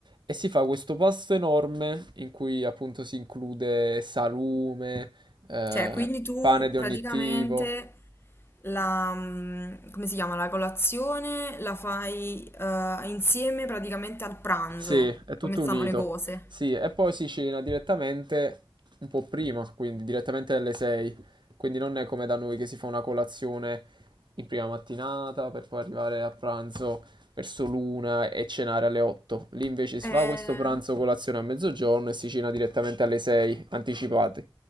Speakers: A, on the right (about 60°); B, on the left (about 25°).
A: e si fa questo pasto enorme in cui appunto si include salume, eh,
B: Cioè, quindi tu
A: pane di
B: praticamente
A: ogni tipo.
B: la, mm, come si chiama, la colazione la fai eh, insieme praticamente al pranzo,
A: Sì, è tutto
B: come stanno
A: unito.
B: le cose.
A: Sì, e poi si cena direttamente un po' prima, quindi direttamente alle 6. Quindi non è come da noi che si fa una colazione in prima mattinata per poi arrivare a pranzo verso l'una e cenare alle 8. Lì invece si
B: Eh,
A: fa questo pranzo colazione a mezzogiorno e si cena direttamente alle 6, anticipati.